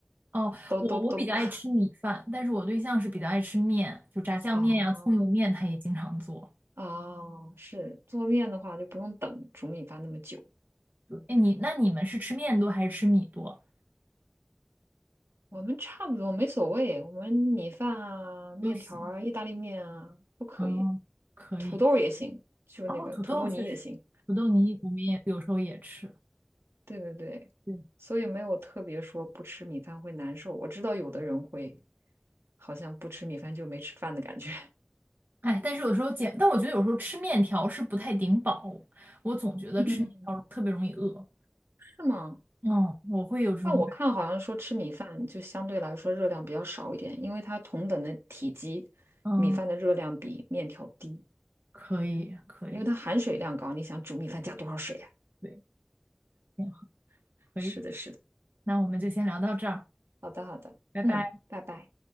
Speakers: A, on the right; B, on the right.
A: 哦，
B: 都都都。
A: 我我比较爱吃米饭，
B: <laughs>
A: 但是我对象是比较爱吃面，就炸酱面呀、
B: 哦
A: 葱油面，他也经常做。
B: 哦，是做面的话就不用等煮米饭那么久。
A: 对，哎，你那你们是吃面多还是吃米多？
B: 我们差不多没所谓，我们米饭啊、面条啊、
A: 都行。
B: 意大利面啊都可以，
A: 哦，可以。
B: 土豆也行，就那个土豆泥也行。
A: 哦，土豆确实，土豆泥我们也有时候也吃。
B: 对对对，
A: 对，
B: 所以没有特别说不吃米饭会难受。我知道有的人会，好像不吃米饭就没吃饭的感觉，
A: 哎，但是有时候减，但我觉得有时候吃面条是不太顶饱，我总觉得吃面条特别容易饿。
B: <laughs> 嗯，是吗？
A: 嗯，我会有这种感。
B: 但我看好像说吃米饭就相对来说热量比较少一点，因为它同等的体积，
A: 嗯，
B: 米饭的热量比面条低，
A: 可以，可以，
B: 因为它含水量高。你想煮米饭加多少水啊？
A: 对，挺好，
B: <laughs>
A: 可以。
B: 是的，是的。
A: 那我们就先聊到这儿，
B: 好的，好的，
A: 拜拜。
B: 嗯，拜拜。